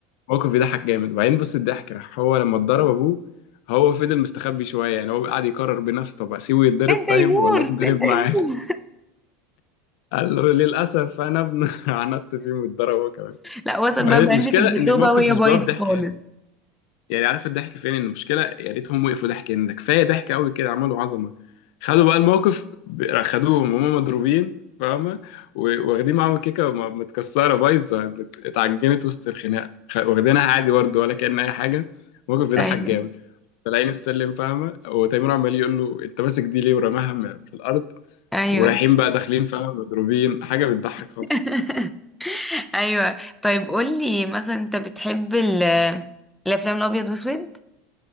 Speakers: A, on the left; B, in the centre.
A: موقف بيضحك جامد وبعدين بص الضحك راح هو لما اتضرب ابوه هو فضل مستخبي شويه يعني هو قاعد يقرر بنفسه طب اسيبه يتضرب
B: فين تيمور
A: طيب ولا اتضرب
B: فين تيمور
A: معاه قال له للأسف أنا ابن <laughs> عندت فيه واتضرب هو كمان
B: لا وصل
A: ما
B: بقى
A: هي المشكلة
B: بعلبة الجاتوه
A: إن الموقف
B: بقى وهي
A: مش
B: بايظة
A: بيقف ضحك
B: خالص
A: هنا يعني عارف الضحك فين المشكلة يا ريتهم وقفوا ضحك هنا ده كفاية ضحك قوي كده عملوا عظمة خدوا بقى الموقف ب- خدوهم وهم مضروبين فاهمة و- واخدين معاهم الكيكة م- متكسرة بايظة مت- اتعجنت وسط الخناقة خ- واخدينها عادي برضه ولا كأن أي حاجة الموقف بيضحك
B: ايوه
A: جامد طالعين السلم فاهمة وتيمور عمال يقول له أنت ماسك دي ليه ورماها م- في الأرض
B: ايوه
A: ورايحين بقى داخلين فاهمة مضروبين حاجة بتضحك خالص
B: <laughs> ايوه طيب قول لي مثلا انت بتحب ال- الافلام الابيض واسود